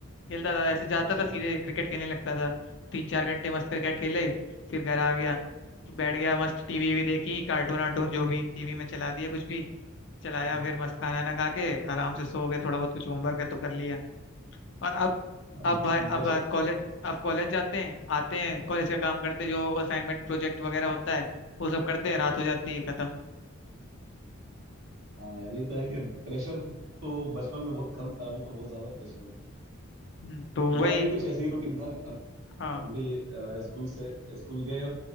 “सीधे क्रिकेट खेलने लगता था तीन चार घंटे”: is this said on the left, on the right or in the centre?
Left